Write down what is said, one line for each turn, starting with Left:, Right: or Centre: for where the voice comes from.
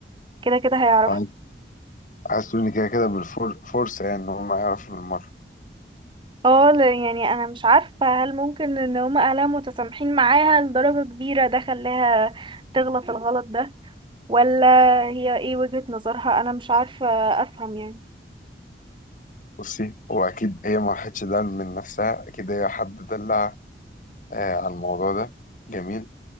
Right: كده كده هيعرفوا
Left: عايز عايز تقولي كده كده بالفرصه يعني ان هم يعرفوا بالمره
Right: اه ل- يعني انا مش عارفه هل ممكن ان هما اهلها متسامحين معاها لدرجه كبيره ده خلاها تغلط الغلط ده ولا هي ايه وجهة نظرها انا مش عارفة افهم يعني
Left: بصي هو اكيد هي ما راحتش ده من نفسها اكيد هي حد دلع آه على الموضوع ده جميل